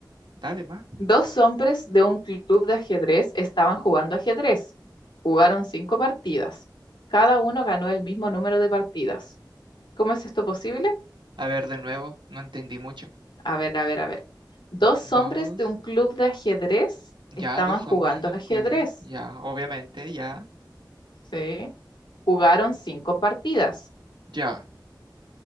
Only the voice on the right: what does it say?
Dale más.
A ver, de nuevo. No entendí mucho.
Dos.
Ya
dos
hombres de un
club, ya, obviamente, ya,
ya.